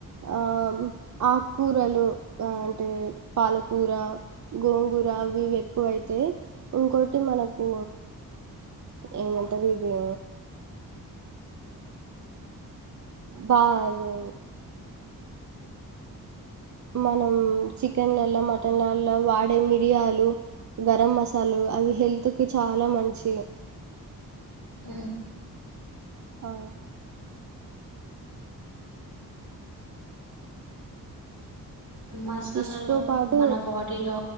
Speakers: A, on the right; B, on the right.
A: ఆ ఆకుకూరలు అంటే పాలకూర గోంగూర అవి ఇవి ఎక్కువైతాయి ఇంకోటి మనకు ఏమంటారు ఇది బాదే మనం చికెన్లలా మటన్లలో వాడే మిరియాలు గరం మసాలాలు అవి హెల్త్ కి చాలా మంచి
B: అ
A: ఆ
B: మసాలాలు
A: ఫిష్తో పాటు
B: మన బాడీ లో